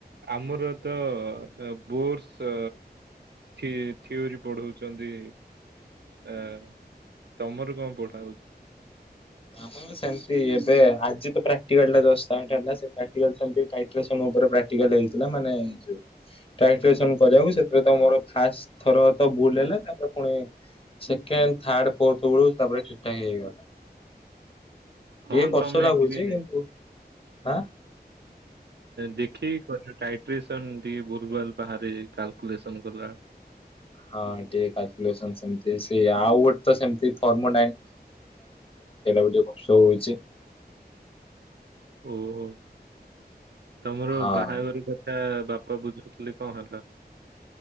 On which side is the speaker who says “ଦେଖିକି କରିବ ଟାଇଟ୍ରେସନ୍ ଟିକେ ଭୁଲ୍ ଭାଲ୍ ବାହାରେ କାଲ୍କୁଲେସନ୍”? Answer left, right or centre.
Right